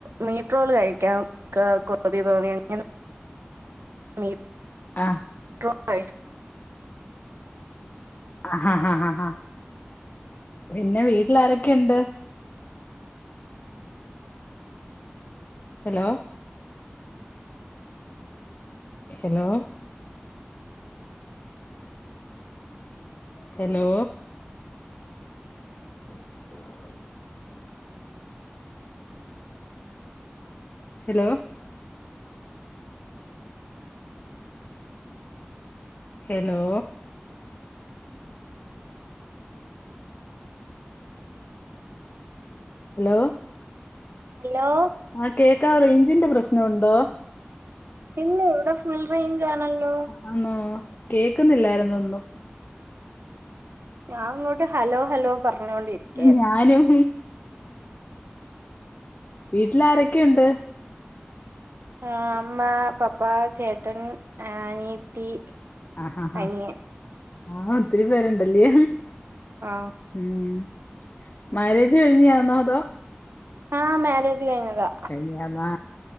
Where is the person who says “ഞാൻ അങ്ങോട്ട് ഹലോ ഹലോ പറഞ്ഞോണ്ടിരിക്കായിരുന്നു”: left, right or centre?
Right